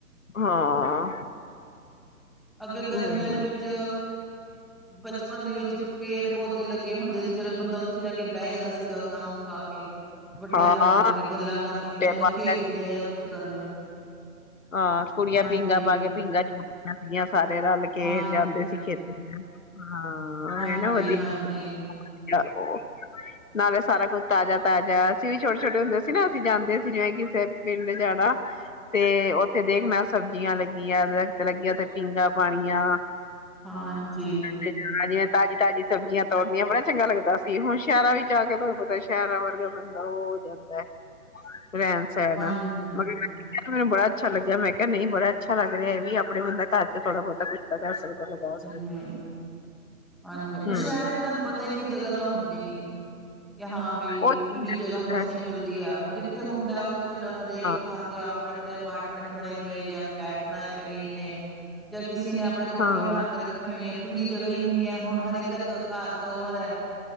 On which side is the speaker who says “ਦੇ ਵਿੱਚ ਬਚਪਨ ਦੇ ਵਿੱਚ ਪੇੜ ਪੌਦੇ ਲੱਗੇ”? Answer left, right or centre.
Centre